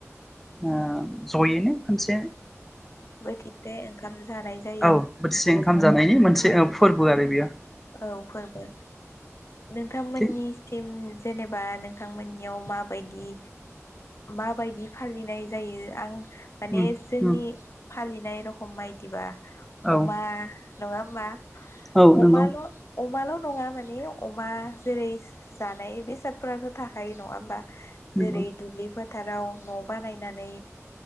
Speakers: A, in the centre; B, on the left.
A: <unintelligible>
B: औ
A: जों ओ जयैनो खोनसे
B: बोथिसे ओंखाम जानाय जा
A: औ बोथिसे ओंखाम जानायनि मोनसे औ फोर्बो आरे बियो।
B: औ फोर्बो नोंथांमोन्निसिम
A: थिग
B: जेनेबा नोंथांमोन्नियाव माबायदि माबायदि फालिनाय जायो आं माने
A: उम
B: जोंनि
A: उम
B: फालिनाय रखम बायदिबा
A: औ
B: अमा नङा होमबा?
A: औ नंगौ
B: अमाल अमाल नङा माने अमा जेरै जानाय बेसादफोराथ थाखायो नङा होमबा।
A: नंगौ
B: जेरै दुब्लि फो थाराव न बानायनानै